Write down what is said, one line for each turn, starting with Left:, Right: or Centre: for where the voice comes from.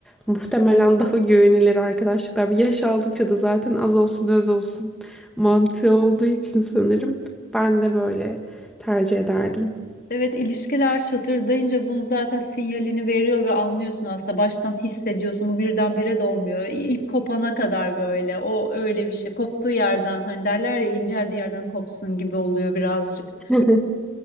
Centre: muhtemelen <laughs> daha güvenilir arkadaşlıklar. Yaş aldıkça da zaten az olsun öz olsun mantığı olduğu için sanırım. Ben de böyle tercih ederdim.
Left: Evet ilişkiler çatırdayınca bunu zaten sinyalini veriyor ve anlıyorsun aslında baştan hissediyorsun bu birdenbire de olmuyor İ- ip kopana kadar böyle o öyle bir şey koptuğu yerden hani derler ya inceldiği yerden kopsun gibi oluyor birazcık.
Centre: <laughs>